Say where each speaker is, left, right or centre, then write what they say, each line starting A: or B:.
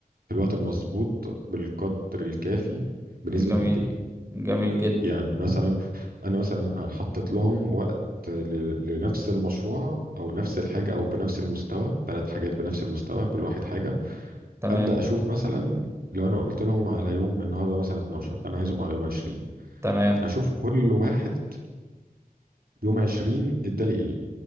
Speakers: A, on the right (about 70°); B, on the right (about 15°).
A: في الوقت المظبوط بالقدر الكافي بنسبة
B: جميل
A: قد ايه
B: جميل جدا
A: يعني مثلا انا مثلا حطيت لهم وقت ل- لنفس المشروع او نفس الحاجة او بنفس المستوى ثلاث حاجات بنفس المستوى كل واحد حاجة
B: تمام
A: ابدا اشوف مثلا لو انا قلت لهم على يوم النهارده مثلا 12 انا عايزهم على يوم 20
B: تمام
A: اشوف كل واحد يوم 20 ادالي ايه